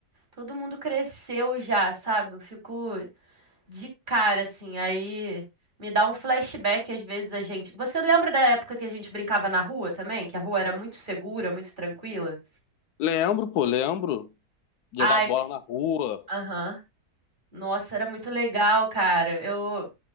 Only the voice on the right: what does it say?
todo mundo cresceu já, sabe? Eu fico de cara, assim. Aí me dá um flashback às vezes a gente. Você lembra da época que a gente brincava na rua também? Que a rua era muito segura, muito tranquila?
Ai,
aham. Nossa, era muito legal, cara. Eu